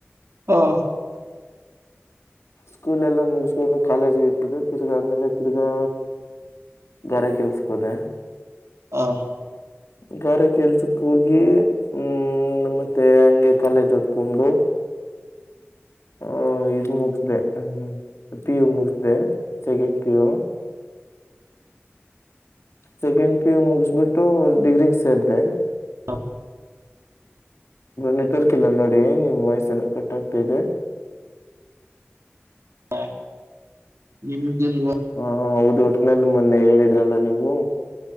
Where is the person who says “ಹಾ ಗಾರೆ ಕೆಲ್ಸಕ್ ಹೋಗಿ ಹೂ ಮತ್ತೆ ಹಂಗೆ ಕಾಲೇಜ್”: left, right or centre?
Left